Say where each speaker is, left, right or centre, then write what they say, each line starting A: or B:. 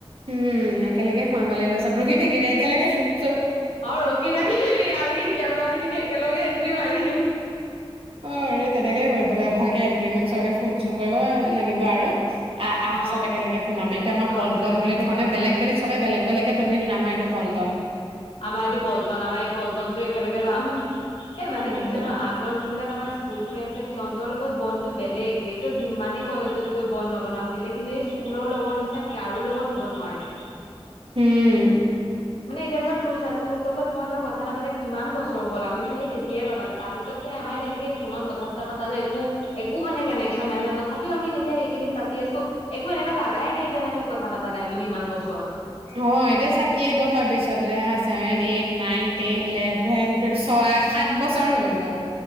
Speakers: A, on the right (about 70°); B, on the left (about 80°).
A: উম একেলগে সোমাব লাগিব চব ৰহি থাকিবি। একেলগে চু
B: অ, ৰখি থাকিবি আমি জ্ঞান বাটি কিনে একেলগে এণ্ট্ৰি মাৰিম।
A: অ, তেনেকে কৰিব লাগে। ভালকে এট্ৰি মাৰিম চবকে ফোন চোন কৰিব লাগিব আৰু। আহ, আহ
B: অ
A: চব একেলগে সোমাম এতিয়া আমাৰ
B: চব
A: পল্ন
B: একেলগে
A: বুলি
B: সোমাম
A: দেখানে
B: আহ
A: বেলেগ-বেলেগ চবে বেলেগ। বেলেগে তম কিন্তু নামটো পল্টন
B: আমাৰ এইটো পল্টন আমাৰ এই পল্টনতটো একেলগে যাম এই মানে
A: অ
B: কি
A: তেনে
B: জানো আগৰ যোন বিলাক আমাৰ স্কুল ফ্ৰে সিহঁতৰ লগত বনতটো বেলেগৰে তো যিমানে কলেজত গৈ বন নবনাও খিলে কিন্তু এই স্কুলৰ লগৰ নিচিনা কাৰো লগত হব নোৱাৰে
A: উম
B: মানে এতিয়া ধৰ তোৰ চা তোৰ লগত মই ধৰ কথা নাপাা কিমান বছৰ হ'ল আমি ধৰ সেই তেতিয়াই কথা পা তাৰপিছতে আমাৰ তেনেকে ফোনত কথা পা পাতা যে একো একো মানে কানেকশ্যন নাই ন তথাপিও আমি যেতিয়া এইকেইদিন পাতি আছো একো এনেকা লাগাই নাই যেন আমি কথা পাতা নাই বুলি ইমান বছৰ
A: অ এতিয়া চ কেইবছৰ পিছত এতিয়া seven eight nine ten eleven twelve ছয় সাত বছৰ হৈ গ'ল